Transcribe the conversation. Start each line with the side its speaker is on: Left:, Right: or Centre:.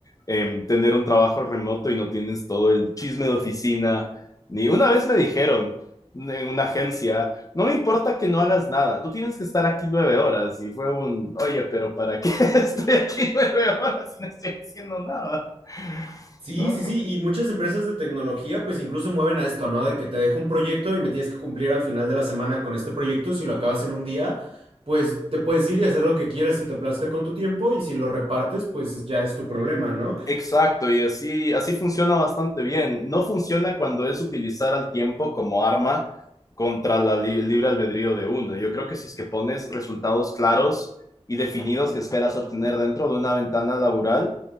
Left: em, tener un trabajo remoto y no tienes todo el chisme de oficina. Ni una vez me dijeron en una agencia, no me importa que no hagas nada, tú tienes que estar aquí nueve horas. Y fue un, oye, pero ¿para qué <laughs> estoy aquí nueve horas y no estoy haciendo nada?
Right: Sí,
Left: No,
Right: sí,
Left: no.
Right: sí, y muchas empresas de tecnología pues incluso mueven a esto, ¿no? De que te dejo un proyecto y me tienes que cumplir al final de la semana con este proyecto, si lo acabas en un día, pues te puedes ir y hacer lo que quieras si te plazca con tu tiempo y si lo repartes pues ya es tu problema, ¿no?
Left: Exacto, y así, así funciona bastante bien. No funciona cuando es utilizar al tiempo como arma contra la li- libre albedrío de uno. Yo creo que si es que pones resultados claros y definidos que esperas obtener dentro de una ventana laboral,